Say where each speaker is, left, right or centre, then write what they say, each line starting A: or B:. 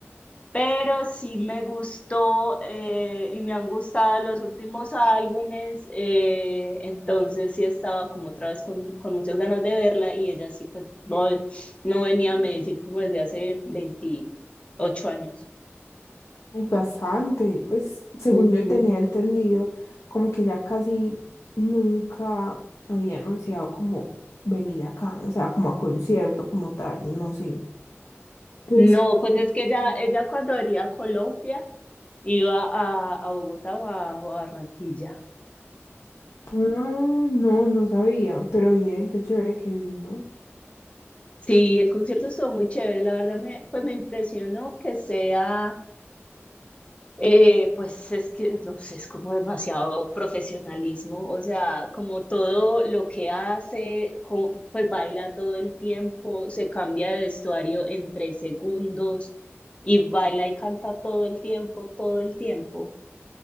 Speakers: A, on the left; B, on the left.
A: pero sí me gustó eh, y me han gustado los últimos álbumes, eh, entonces sí estaba como otra vez con, con muchas ganas de verla y ella sí pues no, no venía a Medellín como desde hace 28 años.
B: Hay bastante, pues según
A: Ujú.
B: yo tenía entendido, como que ya casi nunca había anunciado como venir acá, o sea, como a concierto, como tal, no sé. Entonces,
A: No, pues es que ella, ella cuando venía a Colombia iba a, a Bogotá o a, o a Barranquilla.
B: ah, no, no sabía, pero bien, qué chévere que vino.
A: Sí, el concierto estuvo muy chévere, la verdad me, pues me impresionó que sea Eh, pues es que, no sé, es como demasiado profesionalismo, o sea, como todo lo que hace, co- pues baila todo el tiempo, se cambia de vestuario en tres segundos y baila y canta todo el tiempo, todo el tiempo.